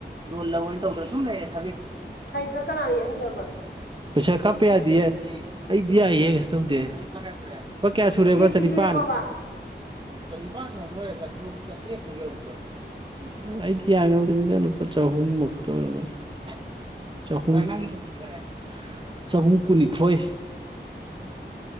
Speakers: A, on the right; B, on the left.
A: ꯂꯣꯟ ꯂꯧꯏꯟ ꯇꯧꯗꯅ ꯁꯨꯝ ꯂꯩꯔꯁ
B: ꯍꯩꯇ꯭ꯔ ꯀꯅꯥ ꯌꯦꯛꯍꯟꯗꯕ
A: ꯄꯩꯁꯥ ꯀꯥꯞꯄ ꯌꯥꯗꯦꯌꯦ ꯏ ꯑꯩꯗꯤ ꯌꯥꯏꯌꯦ ꯀꯩꯁꯨꯇꯧꯗꯦ ꯑꯡ ꯂꯨꯄꯥ ꯀꯌꯥ ꯁꯨꯔꯦ ꯄꯛ ꯀꯌꯥ ꯁꯨꯔꯦꯕ
B: ꯌꯦꯛꯇꯤ
A: ꯆꯅꯤꯄꯥꯟ
B: ꯌꯦꯛꯑꯕꯕꯥ
A: ꯆꯅꯤꯄꯥꯟ ꯌꯝꯈ꯭ꯔꯣꯏ ꯆꯥꯇ꯭ꯔꯨꯛ ꯆꯥꯇ꯭ꯔꯦꯠꯃꯨꯛ ꯌꯧꯔꯝꯈ꯭ꯔꯣꯏ ꯑꯩꯗꯤ ꯌꯥꯝꯃ ꯌꯧꯗꯝꯃꯤꯗ ꯂꯨꯞ ꯂꯨꯄꯥ ꯆꯥꯍꯨꯝꯃꯨꯛꯇ ꯑꯣꯏꯔꯝꯒꯅꯤ ꯑꯍ ꯆꯍꯨꯝ ꯀꯩ ꯅꯪꯒꯤ ꯇꯨꯄꯤ ꯗꯤ ꯀꯔꯥꯏ ꯆꯍꯨꯝꯀꯨꯟꯅꯤꯊꯣꯏ
B: ꯎꯟ ꯎꯁ ꯁꯦ